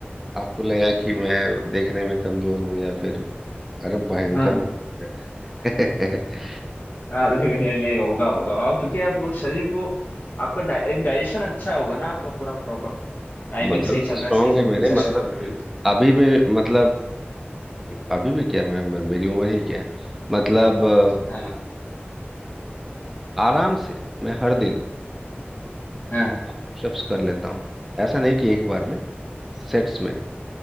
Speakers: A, in the centre; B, on the left (about 45°).
A: आपको लगा कि मैं देखने में कमजोर हूँ या फिर अरे भयंकर
B: हाँ हाँ
A: मत <laughs>
B: आधे घंटे नहीं होगा होगा और क्योंकि आप वो शरीर वो आपका डा, एक डाइजेशन अच्छा होगा ना आपका पूरा प्रॉपर टाइमिंग
A: मसल्स
B: सही चल रहा
A: स्ट्रांग
B: है सही से
A: है मेरे
B: दिनचर्या
A: मतलब
B: चल रही है
A: अभी भी मतलब अभी भी क्या मैं, मैं मेरी उम्र ही क्या है मतलब अ,
B: हाँ
A: आराम से मैं हर दिन
B: हाँ
A: पुशअप्स कर लेता हूँ ऐसा नहीं कि एक बार में सेट्स में